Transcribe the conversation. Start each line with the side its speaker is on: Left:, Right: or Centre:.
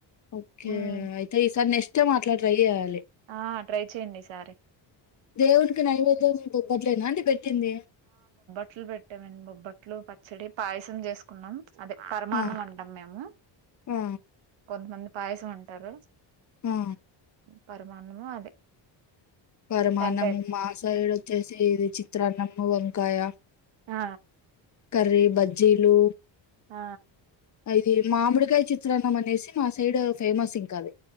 Left: ఓకే
Right: మ్మ్
Left: అయితే ఈ సార్ నెక్స్ట్ టైం అట్లా ట్రై చేయాలి
Right: ఆ ట్రై చెయ్యండి ఈ సారీ
Left: దేవునికి నైవేద్యం బొబ్బట్లేనా అండి పెట్టింది
Right: బట్టలు పెట్టామండి బొబ్బట్లు పచ్చడి పాయసం చేసుకున్నాం అదే పరమాన్నం
Left: ఆ!
Right: అంటాం మేము
Left: ఆ!
Right: కొంతమంది పాయసం ఉంటారు
Left: ఆ!
Right: పరమాన్నము అదే
Left: పరమాన్నము
Right: టెంకాయ
Left: మాసైడు వచ్చేసి ఇది చి చిత్రాన్నం వంకాయ
Right: ఆ
Left: కర్రీ బజ్జీలు
Right: ఆ
Left: అది మామిడికాయ చిత్రాన్నం అనేసి మా సైడ్ ఫేమస్ ఇంకా అది